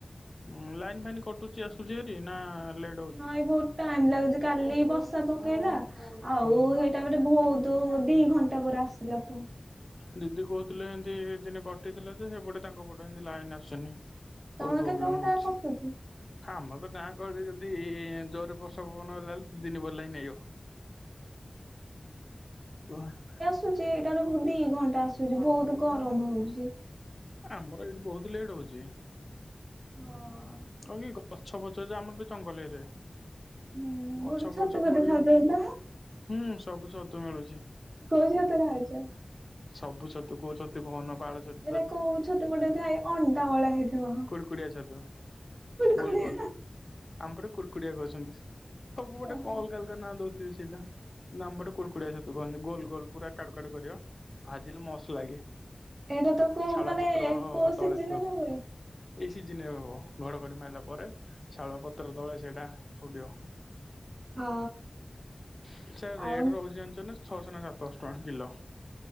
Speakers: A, on the left (about 45°); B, on the right (about 55°).
A: ଉଁ ଲାଇନ୍ ଫାଇନ୍ କଟୁଚି ଆସୁଚି ହାରି ନା ଲେ
B: ନାଇ ଭୋଉ ଟାଇମ ଲାଗୁଛି କାଲି ବସା ପକେଇଲା ଆଉ
A: ହୁଁ।
B: ହେ <unintelligible> ବହୁତ ଦି ଘଣ୍ଟା ପରେ ଆସିଲା ପ
A: ଦିଦି କହୁଥିଲେ ଏମତି ଦିନେ କଟିଥିଲା ଯେ ସେପଟେ ତାଙ୍କ ପଟ ଏମତି ଲାଇନ ଆସୁନି।
B: ତମର
A: ବହୁତ ପ୍ରୋବ୍ଲେମ
B: କେତେ ଘଣ୍ଟା
A: ହୋଉଚି
B: କଟୁଛି?
A: ଆମର ତ ଗାଁ ଗହଳି ଯଦି ଜୋର ବ ର୍ଷା ପବନ ହେଲା ହେଲେ ଦି ଦିନ ପରେ ନେଇବ <unintelligible>
B: ଆସୁଚି ଏଇଟାର ମୁ ଦି ଘଣ୍ଟା ଆସୁଚି ବହୁତ ଗରମ ହଉଚି।
A: ଆମର ଏଇଠି ବହୁତ ଲେଟ୍ ହଉଚି।
B: ହଁ।
A: କଣ କି ଗଛ ଫଛ ଯେ ଆମରେ ଜଙ୍ଗଲ ଏରେ
B: ହୁଁ ଗୋଟେ
A: ଗଛ
B: ଛତୁ
A: ପଛ
B: ଫତୁ
A: ପଡିବ
B: ଖାଉଛ ତ
A: ହୁଁ ସବୁ ସତୁ ମିଳୁଚି।
B: କୋଉ ଛତୁ ଖାଉଚ୍ଚ।
A: ସବୁ ଛତୁ କୋଉ ଛତୁ କୁହନ ପାଳ ଛତ
B: ଏଇଟା କୋଉ ଛତୁ ଗୋଟେ ଥାଏ ଅଣ୍ଡା ବାଳା ହେଇଥିବ।
A: କୁଡକୁଡିଆ ଛତୁ ଗୋଲ
B: ଖୁଡିଆ
A: ଗୋଲ ଆମପଟେ କୁର୍କୁଡିଆ କହୁଛନ୍ତି ସବୁ ଗୋଟେ
B: ହଁ
A: କ ଅଲଗା ଲ ଅଲଗା ନାଁ ଦୋଉଚି ସେଇଟା କିନ୍ତୁ ଆମ ପଟେ କୁର୍କୁ କୁଡ଼ିଆ ଛତୁ କହନ୍ତି ଗୋଲ ଗୋଲ ପୁରା କାଡୁ କାଡୁ କରିବ ଭାଜିଲେ ମଶ୍ ଲାଗେ।
B: ଏଇଟା ତ କୋଉ
A: ଶାଳୁଆ
B: ମାନେ
A: ପତ୍ର
B: କୋଉ
A: ତଳେ
B: ସିଜିନେରେ
A: ଥିବ।
B: ହୁଏ।
A: ଏଇ ସିଜିନେ ହବ ଘଡଘଡି ମାଇଲା ପରେ ଶାଳ ପତ୍ର ତଳେ ସେଇଟା ଫୁଟିବ। <inaudible>
B: ହଁ
A: ସେରା ରେଟ
B: ଆଉ
A: ରହୁଛି ଜାଣିଚ ନା ଛଅଶହ ନା ସାତଶ ଟଙ୍କା କିଲ।